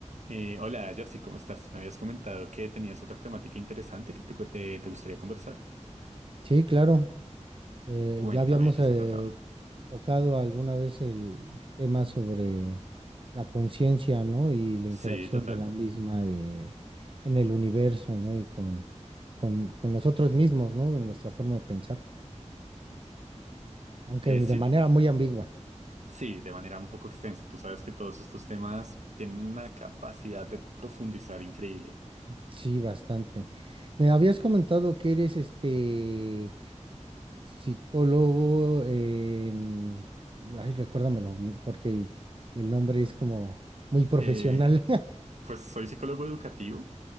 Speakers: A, on the right; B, on the right.
A: Eh, hola, Jersey, ¿cómo estás? Me habías comentado que tenías otra temática interesante que te, cu- te, te gustaría conversar.
B: Sí, claro. Eh,
A: Cuéntame
B: ya habíamos
A: de qué
B: eh,
A: se trataba.
B: tocado alguna vez el tema sobre la conciencia, ¿no? Y la interacción
A: Sí, total.
B: de la misma eh, en el universo, ¿no? Y con, con, con nosotros mismos, ¿no? En nuestra forma de pensar, aunque
A: Eh,
B: de
A: sí,
B: manera muy ambigua.
A: sí, de manera un poco extensa. Tú sabes que todos estos temas tienen una capacidad de profundizar increíble.
B: Sí, bastante. Me habías comentado que eres este psicólogo en... Ay, recuérdamelo, bien, porque el nombre es como muy profesional.
A: Eh, pues soy psicólogo educativo,